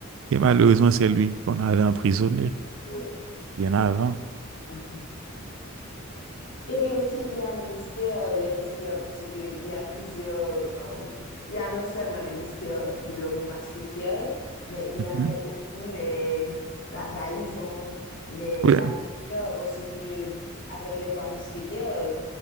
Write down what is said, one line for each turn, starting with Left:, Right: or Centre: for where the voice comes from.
Right: et malheureusement, c'est lui qu'on avait emprisonné
Left: Oui.
Right: bien avant.
Left: Mhm. Et puis aussi, il y a les mystères, les mystères, parce que il y a plusieurs, euh, il y a non seulement le mystère de l'homme au masque de fer, mais il y
Right: Mhm.
Left: avait aussi les, la trahison, les,
Right: Oui.
Left: la douleur, parce que avec les trois mousquetaires,